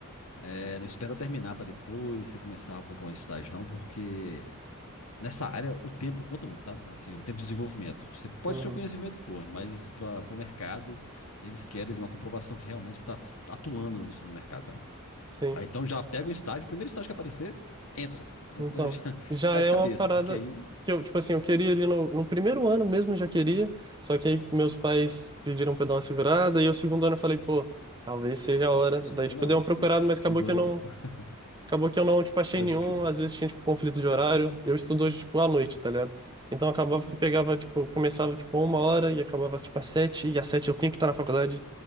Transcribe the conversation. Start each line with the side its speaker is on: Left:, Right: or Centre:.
Left: É, não espera terminar pra depois você começar a procurar um estágio, não, porque nessa área o tempo conta muito, sabe? Assim, o tempo de desenvolvimento. Você pode
Right: uhum,
Left: ter o conhecimento que for, mas para o mercado, eles querem ali, uma comprovação que realmente está atuando no, no mercado, sabe?
Right: sim.
Left: Aí, então já pega um estágio, o primeiro estágio que aparecer, entra. Entra
Right: Então,
Left: já,
Right: já
Left: <laughs> é
Right: é
Left: de cabeça,
Right: uma parada
Left: porque aí.
Right: que eu, tipo assim, eu queria ali no, no primeiro ano mesmo, eu já queria, só que
Left: Sim.
Right: aí meus pais pediram pra eu dar uma segurada, e o segundo ano eu falei, pô, talvez seja a hora.
Left: Não segura
Right: Daí, tipo,
Left: não,
Right: dei uma
Left: segura,
Right: procurada, mas
Left: segura
Right: acabou que eu não,
Left: não. <laughs>
Right: acabou que eu não, tipo, achei
Left: Pode
Right: nenhum,
Left: crer.
Right: às vezes tinha, tipo, conflito de horário, eu estudo hoje, tipo, à noite, tá ligado? Então acabava
Left: Hum,
Right: que pegava, tipo, começava, tipo, uma hora e acabava, tipo, às sete, e às sete eu tinha que estar na faculdade,